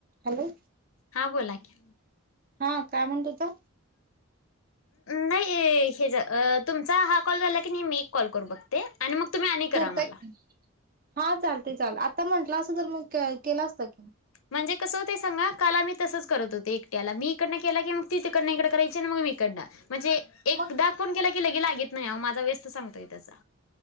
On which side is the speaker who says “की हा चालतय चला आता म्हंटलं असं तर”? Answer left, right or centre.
Right